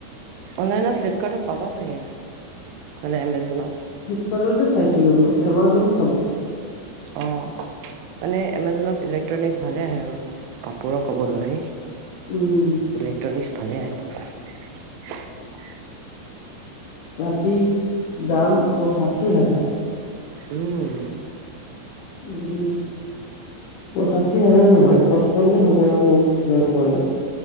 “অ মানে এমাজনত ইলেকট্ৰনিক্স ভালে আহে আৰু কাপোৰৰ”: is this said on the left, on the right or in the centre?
Right